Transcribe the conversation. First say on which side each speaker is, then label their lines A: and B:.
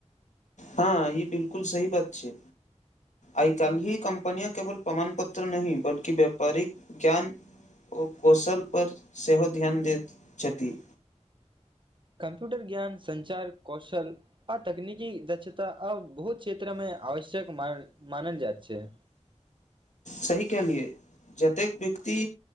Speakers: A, on the left (about 80°); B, on the right (about 40°).
A: हाँ ई बिलकुल सही बात छै आय-काल्हि कम्पनिया केवल प्रमाण पत्र नहि बल्कि व्यापारिक ज्ञान ओ कौशल पर सेहो ध्यान दैत छथि।
B: कम्प्यूटर ज्ञान संचार कौशल आ तकनीकी दक्षता आब बहुत क्षेत्रमे आवश्यक मा मानल जाएत छै।
A: सही कहलिये जतेक व्यक्ति